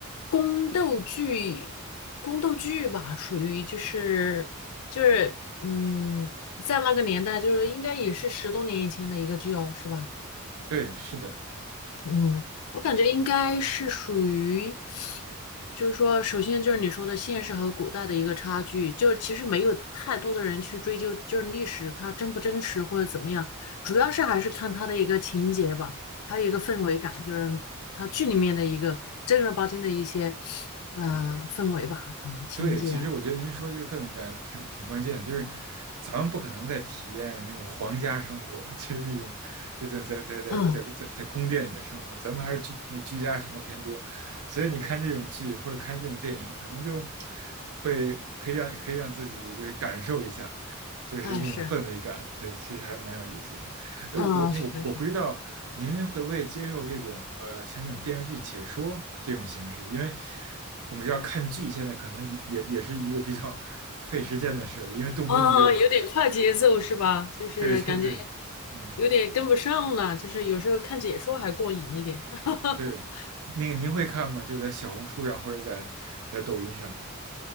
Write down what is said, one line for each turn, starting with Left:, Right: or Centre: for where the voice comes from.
Left: 宫斗剧，宫斗剧吧，属于就是就是，嗯，在那个年代，就是应该也是十多年以前的一个剧哦，是吧？
Right: 对，是的。
Left: 嗯，我感觉应该是属于，就是说，首先就是你说的现实和古代的一个差距，就是其实没有太多的人去追究，就是历史它真不真实或者怎么样，主要是还是看它的一个情节吧，还有一个氛围感，就是它剧里面的一个正儿八经的一些，嗯，氛围吧，可能情节啊，
Right: 对，其实我觉得您说这个氛围感挺挺关键的，就是咱们不可能再体验那种皇家生活，<laughs> 就是那种就在在在在在在在宫殿里的生活，
Left: 嗯，
Right: 咱们还是居那个居家生活偏多，所以你看这种剧或者看这种电影，可能就会可以让可以让自己就是感受一下，就是那种氛围感，
Left: 哎是，
Right: 对，其实还是蛮有意思的。哎，
Left: 嗯是。
Right: 我那我我不知道您会不会接受这种呃像这种电视剧解说这种形式，因为我们知道看剧现在可能也也是一个比较 <laughs> 费时间的事儿，因为动不动就
Left: 啊，有点快节奏是吧？就是感觉
Right: 对对对，嗯
Left: 有点跟不上了，就是有时候看解说还过瘾一点。<laughs>
Right: 对，那个您会看吗？就在小红书上或者在在抖音上？